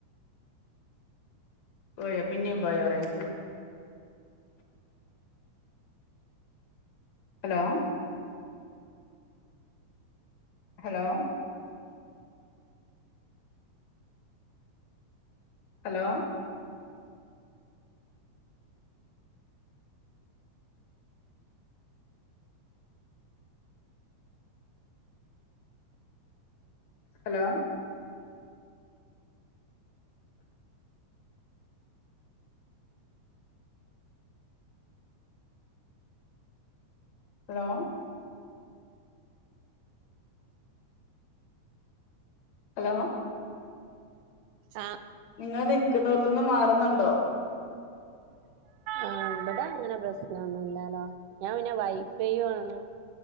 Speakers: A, on the left; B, on the right.
A: പോയോ പിന്നെയും പോയോറച് hello hello hello hello hello hello
B: ച്ചാ
A: നിങ്ങള് നിൽക്കുന്നോടത്ത നിന്ന് മാറുന്നുണ്ടോ
B: ആഹ് ഇവിടെ അങ്ങനെ പ്രശ്നൊന്നുമല്ലാലോ ഞാൻ പിന്നെ വൈഫൈയു ആണ്